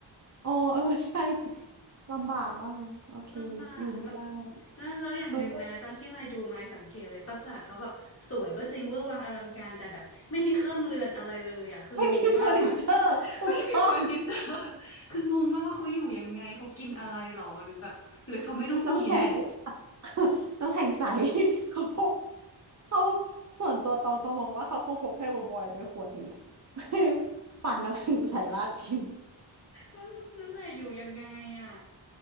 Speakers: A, on the right (about 40°); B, on the left (about 30°).
A: อ๋อเออใช่ลำบากว่างั้นโอเคอยู่ไม่ได้
B: ลำบากแล้วนั่นแล้วอย่างหนึ่งนะตอนที่มาดูมาสังเกตเลยปราสาทเขาแบบสวยก็จริงเวอร์วังอลังการแต่แบบไม่มีเครื่องเรือนอะไรเลยอ่ะคืองงมากว่า
A: เออก็ไม่มีเฟอร์นิเจอร์ถูกต้อง
B: <laughs> ไม่มีเฟอร์นิเจอร์คืองงมากว่าเขาอยู่ยังไงเขากินอะไรหรอหรือแบบหรือเขาไม่ต้องกิน
A: น้ำแข็ง <laughs> น้ำแข็งใส <laughs> เขาพกเขาส่วนตัวตองตองมองว่าเขาคงพกให้บอยๆไปขวดหนึ่งอะ <laughs> ปั่นน้ำแข็งใสราดกิน
B: นั่น <laughs> นั่นแหละอยู่ยังไงอ่ะ